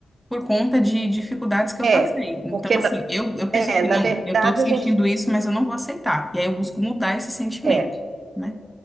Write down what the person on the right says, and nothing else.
É,
porque
na,
é,
na
verdade
a gente.
É,